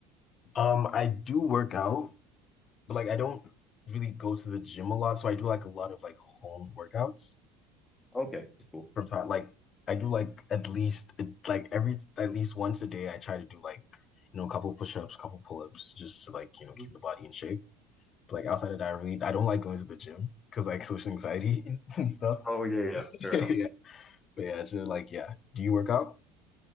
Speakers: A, on the left; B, on the left.
A: Um, I do work out, but like I don't really go to the gym a lot. So I do like a lot of like home workouts
B: Okay, cool.
A: from time. Like I do like at least like every at least once a day I try to do like, you know, a couple push-ups, couple pull-ups, just to like, you know,
B: Mhm.
A: keep the body in shape. But, like outside of that, I really I don't like going to the gym because like social anxiety and stuff.
B: Oh yeah, yeah,
A: <laughs>
B: fair
A: yeah,
B: enough.
A: but yeah, so like yeah, do you work out?